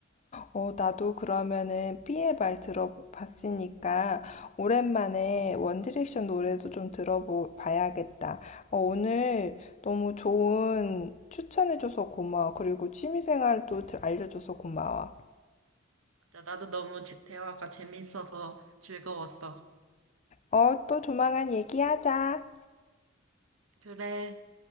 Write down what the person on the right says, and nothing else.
맞아, 나도 너무 제- 대화가 재밌어서 즐거웠어.
그래.